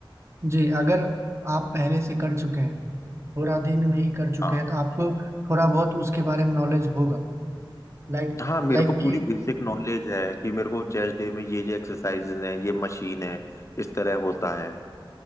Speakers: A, on the right; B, on the left.
A: जी अगर आप पहले से कर चुके हैं पूरा दिन भी कर चुके
B: हाँ।
A: हैं तो आपको थोड़ा बहुत उसके बारे में नॉलेज होगा लाइक
B: हाँ मेरे
A: लाइक
B: को पूरी
A: कि
B: बेसिक नॉलेज है कि मेरे को चेस्ट डे में ये ये एक्सरसाइजेज है ये मशीन है इस तरह होता है